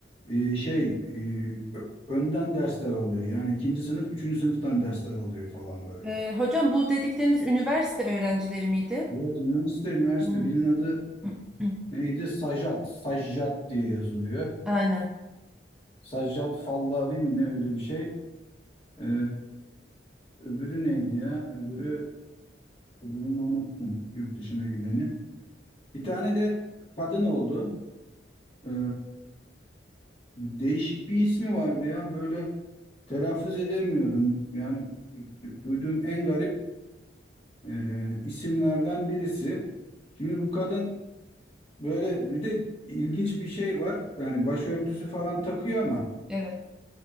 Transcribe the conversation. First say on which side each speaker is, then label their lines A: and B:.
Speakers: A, on the left; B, in the centre.
A: e, şey e, ö- önden dersler alıyor. Yani ikinci sınıf, üçüncü sınıftan dersler alıyor falan böyle.
B: Ee, hocam bu dedikleriniz üniversite öğrencileri miydi?
A: Evet üniversite, üniversite.
B: Hmm.
A: Birinin adı
B: <clears throat>
A: neydi? Sajat. Sajjat diye yazılıyor.
B: Aynen.
A: Sajjat Fallavi mi ne öyle bir şey. Ee, öbürü neydi ya? Öbürü, öbürünü unuttum. Yurt dışına gideni. Bir tane de kadın oldu. Ee, değişik bir ismi vardı ya. Böyle telaffuz edemiyordum. Yani duyduğum en garip e, isimlerden birisi. Şimdi bu kadın böyle bir de ilginç bir şey var. Yani başörtüsü falan takıyor ama
B: Evet.